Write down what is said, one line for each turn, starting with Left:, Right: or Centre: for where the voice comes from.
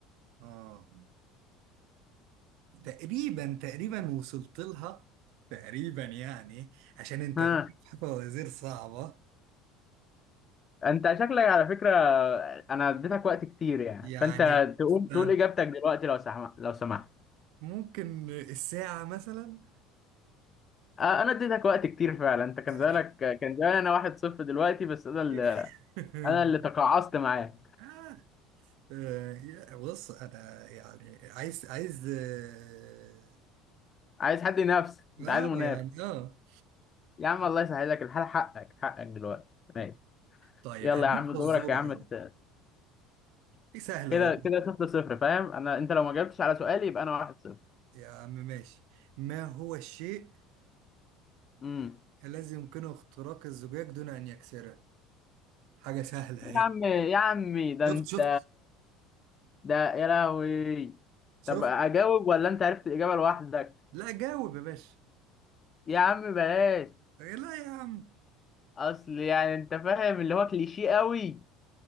Right: اه تقريبا تقريبا وصلت لها تقريبا يعني عشان انت
Left: ها
Right: بتجيب فوازير صعبة
Left: انت شكلك على فكره انا اديتك وقت كتير يعني
Right: يعني
Left: فانت تقوم
Right: مثلاً
Left: تقول اجابتك دلوقتي لو سمحت لو سمحت
Right: ممكن الساعة مثلا
Left: آه، انا اديتك وقت كتير فعلا انت كان
Right: آه.
Left: زمانك كان زمان انا واحد صفر دلوقتي بس انا اللي
Right: <laughs>
Left: انا اللي تقاعست معاه
Right: آه. آه، يا- بص انا يعني عايز عايز اه
Left: عايز حد ينافس
Right: آه،
Left: انت عايز منافس
Right: يعني اه
Left: يا عم الله يسهلك الحال حقك حقك دلوقتي ماشي
Right: طيب
Left: يلا
Right: هديك
Left: يا عم
Right: فزورة
Left: دورك يا عم
Right: حلوة
Left: ت-
Right: دي سهلة
Left: كده
Right: والله
Left: كده صفر صفر فاهم انا انت لو ما جاوبتش على سؤالي يبقى انا واحد صفر
Right: يا عم ماشي ما هو الشيء
Left: امم
Right: الذي يمكنه اختراق الزجاج دون أن يكسره؟ حاجة سهلة
Left: يا
Right: أهي
Left: عم يا عمي ده
Right: شفت
Left: انت
Right: شفت
Left: ده يا لهوي
Right: شفت؟
Left: طب اجاوب ولا انت عرفت الاجابه لوحدك
Right: لا جاوب يا باشا
Left: يا عم بلاش
Right: إيه، لا يا عم
Left: اصل يعني انت فاهم اللي هو كليشيه قوي